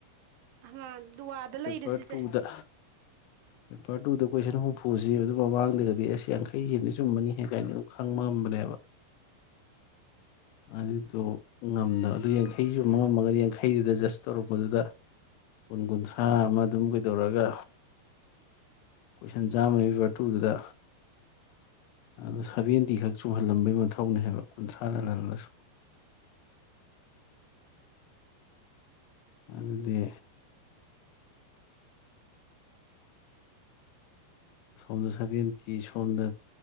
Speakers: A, on the right; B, on the left.
A: ꯍꯂꯥꯟ ꯗꯨꯋꯥꯗ ꯂꯩꯔꯦ
B: ꯄꯦꯄꯔ
A: ꯁꯤꯁꯦ
B: ꯇꯨꯗ ꯄꯦꯄꯔ ꯇꯨꯗ ꯀꯣꯏꯁꯟ ꯍꯨꯝꯐꯨꯁꯤ ꯑꯗꯨ ꯃꯃꯥꯡꯗꯒꯗꯤ ꯑꯁ ꯌꯥꯡꯈꯩ ꯍꯗꯤ ꯆꯨꯝꯃꯅꯤꯍꯦ ꯀꯥꯏꯅ ꯑꯗꯨꯝ ꯈꯪꯕ ꯉꯝꯕꯅꯦꯕ ꯑꯗꯨꯗꯣ ꯉꯝꯗꯕ ꯑꯗꯨ ꯌꯥꯡꯈꯩ ꯆꯨꯝꯕ ꯉꯝꯃꯒꯗꯤ ꯌꯥꯡꯈꯩꯗꯨꯗ ꯖꯁ ꯇꯧꯔꯛꯄꯗꯨꯗ ꯀꯨꯟ ꯀꯨꯟꯊ꯭ꯔꯥ ꯑꯃ ꯑꯗꯨꯝ ꯀꯩꯗꯧꯔꯒ ꯀꯣꯏꯁꯟ ꯆꯥꯝꯃꯅꯤ ꯄꯦꯄꯥꯔ ꯇꯨꯗꯨꯗ ꯑꯗꯨ ꯁꯚꯦꯟꯇꯤ ꯈꯛ ꯆꯨꯝꯍꯜꯂꯝꯕꯩ ꯃꯊꯧꯅꯦ ꯍꯥꯏꯕ ꯀꯨꯟꯊ꯭ꯔꯥ ꯂꯜꯍꯜꯂꯁꯨ ꯑꯗꯨꯗꯤ ꯁꯣꯝꯗ ꯁꯚꯦꯟꯇꯤ ꯁꯣꯝꯗ